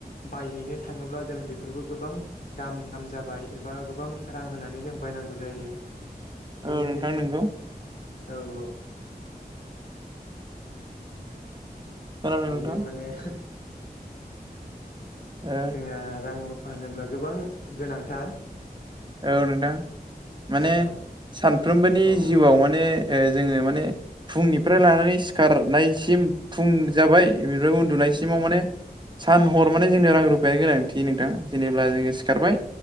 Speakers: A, on the left; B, on the right.
A: बायहैनो थाङोब्ला जों बेफोरबो गोबां दाम दाम जाबाय एबा गोबां रां होनानै जों बायनांगौ जायो। बेनिखायनो
B: औ नोंथां नोंगौ।
A: औ औ
B: खोनादों
A: दायो
B: नोंथां
A: माने
B: ओ
A: जोंहा रां रुफा होनोब्ला गोबां गोनांथार
B: औ नोंथां माने
A: औ
B: सानफ्रोमबोनि
A: औ
B: जिउआव माने। ओ जोङो माने फुंनिफ्राय लानानै खारनायसिम फुं जाबाय बेनिफ्राय उन्दुनायसिमाव माने। सान हर माने जोंनो रां रुफानो गोनांथि नोंथांथि जेनेबा जोङो सिखारबाय